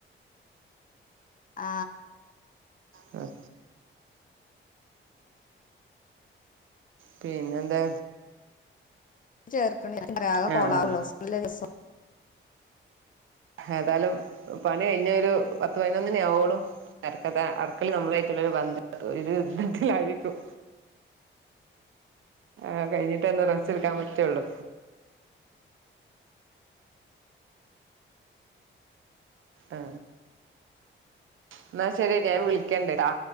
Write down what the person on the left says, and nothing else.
ആ
ചേർക്കണ
കൊളാ
സ്കൂളില്ല ദീസം